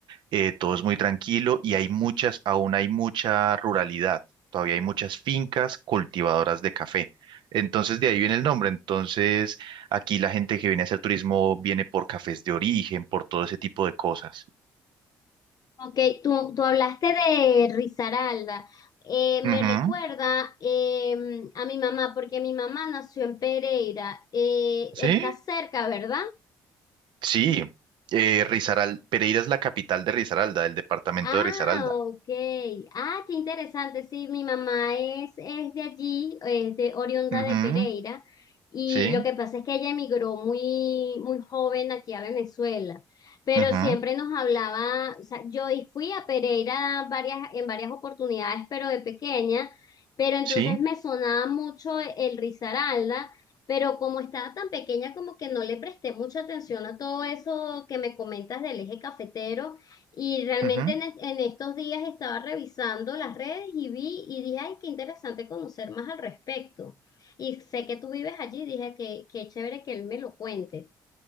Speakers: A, on the right; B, on the left.
A: eh, todo es muy tranquilo y hay muchas, aún hay mucha ruralidad, todavía hay muchas fincas cultivadoras de café. Entonces, de ahí viene el nombre. Entonces, aquí la gente que viene a hacer turismo viene por cafés de origen, por todo ese tipo de cosas.
B: Ok, tú, tú hablaste de Risaralda. Eh,
A: Ujú,
B: me recuerda em, a mi mamá, porque mi mamá nació en Pereira. Eh,
A: ¿Sí?
B: está cerca, ¿verdad?
A: Sí. Eh, Rizaral- Pereira es la capital de Risaralda, del departamento
B: Ah,
A: de Risaralda.
B: ok. Ah, qué interesante. Sí, mi mamá es, es de allí, es de oriunda
A: Ujú.
B: de Pereira. Y
A: Sí,
B: lo que pasa es que ella emigró muy, muy joven aquí a Venezuela. Pero
A: ujú,
B: siempre nos hablaba, o sea, yo y fui a Pereira varias, en varias oportunidades, pero de pequeña. Pero entonces
A: sí,
B: me sonaba mucho el Risaralda. Pero como estaba tan pequeña, como que no le presté mucha atención a todo eso que me comentas del eje cafetero. Y realmente
A: ujú.
B: en, es- en estos días estaba revisando las redes y vi y dije, ay, qué interesante conocer más al respecto. Y sé que tú vives allí, dije que qué chévere que él me lo cuente.